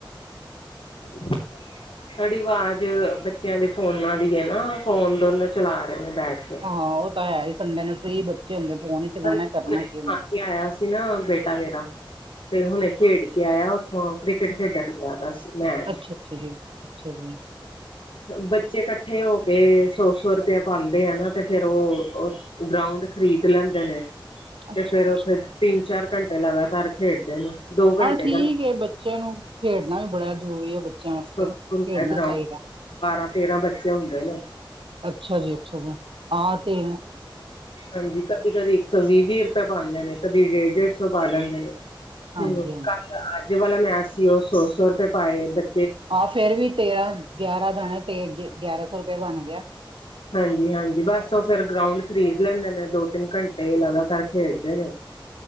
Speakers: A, on the left; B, on the right.
A: <inaudible> ਤੁਹਾੜੀ ਆਵਾਜ਼ ਬੱਚਿਆਂ ਦੇ ਫੋਨਾਂ ਦੀ ਹੈ ਨਾ, ਫੋਨ ਦੋਨੋਂ ਚਲਾ ਰਹੇ ਨੇ ਬੈਠਕੇ।
B: ਹਾਂ, ਉਹ ਤਾਂ ਹੈਹੀ, ਸੰਡੇ ਨੂੰ ਫ੍ਰੀ ਬੱਚੇ ਹੁੰਦੇ, ਫੋਨ ਹੀ ਚਲਾਣਾ
A: ਹਾਂਜੀ
B: ਕਰਨਾ
A: ਹੁਣੇ
B: ਕੀ ਉਹਨਾਂ
A: ਖਾ
B: ਨੇ।
A: ਕੇ ਆਇਆ ਨਾ ਬੇਟਾ ਮੇਰਾ, ਤੇ ਹੁਣੇ ਖੇਡਕੇ ਆਇਆ। ਉੱਥੋਂ ਕ੍ਰਿਕਟ ਖੇਡਣ ਜ਼ਿਆਦਾ ਸੀ, ਮੈਚ
B: ਅੱਛਾ ਅੱਛਾ ਜੀ, ਅੱਛਾ ਜੀ।
A: ਬੱਚੇ ਇਕੱਠੇ ਹੋਕੇ ਸੋ-ਸੋ ਰੁਪਇਆ ਪਾਂਦੇ ਆ ਨਾ, ਤੇ ਫੇਰ ਉਹ ਗ੍ਰਾਉਂਡ ਖਰੀਦ ਲੈਂਦੇ ਨੇ। ਤੇ
B: ਅੱਛਾ
A: ਫੇਰ
B: ਅੱਛਾ।
A: ਉੱਥੇ, ਤਿੰਨ-ਚਾਰ ਘੰਟੇ ਲਗਾਤਾਰ ਖੇਡਦੇ ਨੇ। ਦੋ ਘੰਟੇ
B: ਆਂ ਠੀਕ
A: ਦਾ
B: ਏ ਬੱਚਿਆਂ ਨੂੰ, ਖੇਡਣਾ ਵੀ ਬੜਾ ਜ਼ਰੂਰੀ ਹੈ ਬੱਚਿਆਂ ਵਾਸਤੇ,
A: ਹੁੰਦਾ
B: ਖੇਡਣਾ
A: ਗਰਾਊਂਡ
B: ਚਾਹੀਦਾ।
A: ਬਾਰਾਂ-ਤੇਰਾਂ ਬੱਚੇ ਹੁੰਦੇ ਨੇ।
B: ਅੱਛਾ ਜੀ-ਅੱਛਾ ਜੀ, ਆਹ ਤੇ
A: ਹਾਂਜੀ, ਕਦੀ-ਕਦੀ ਇੱਕ ਸੌ ਵੀਹ-ਵੀਹ ਰੁਪਏ ਪਾਂਦੇ ਨੇ, ਕਦੀ ਡੇਢ-ਡੇਢ ਸੋ ਪਾ ਲੈਂਦੇ ਨੇ।
B: ਹਾਂਜੀ
A: ਹੂੰ,
B: ਹਾਂਜੀ
A: ਕੱਲ, ਅੱਜ ਵਾਲਾ ਮੈਚ ਸੀ ਉਹ ਸੋ-ਸੋਰੁਪਏ ਪਾਏ ਬੱ
B: ਆਹ ਫੇਰ ਵੀ ਤੇਰਾਂ, ਗਿਆਰਾਂ ਜਾਣੇ ਤੇ ਗਿਆਰਾਂ ਸੌ ਰੁਪਏ ਬਣ ਗਿਆ।
A: ਹਾਂਜੀ-ਹਾਂਜੀ, ਬਸ ਉਹ ਫਿਰ ਗ੍ਰਾਉਂਡ ਖਰੀਦ ਲੈਂਦੇ ਨੇ, ਦੋ-ਤਿੰਨ ਘੰਟੇ ਲਗਾਤਾਰ ਖੇਡਦੇ ਨੇ।